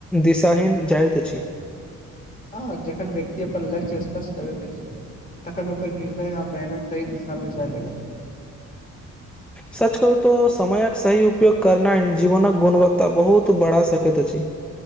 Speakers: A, in the centre; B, on the left.
A: दिशाहिीन जाइत छी
B: हँ जखन व्यक्ति अपन लक्ष्य अस्पष्ट करैत छै तखन ओकर निर्णय आ मेहनत सही दिशा में जाय लगत
A: सच कहू तऽ समयक सही उपयोग करनाययजीवनक गुणवत्ता बहुत बढ़ा सकैत अछि